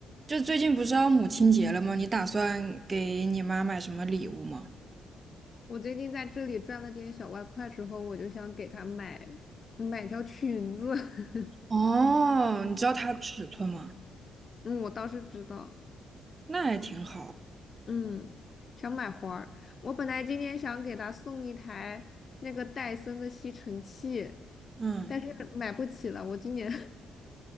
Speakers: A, on the right; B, on the left.
A: 就最近不是要母亲节了吗？你打算给你妈买什么礼物吗？
B: 我最近在这里赚了点小外快之后，我就想给他买买条裙子。<laughs>
A: 哦，你知道它尺寸吗？
B: 嗯，我倒是知道，
A: 那还挺好。
B: 嗯，想买花儿。我本来今天想给他送一台那个戴森的吸尘器，
A: 嗯，
B: 但是买不起了，我今年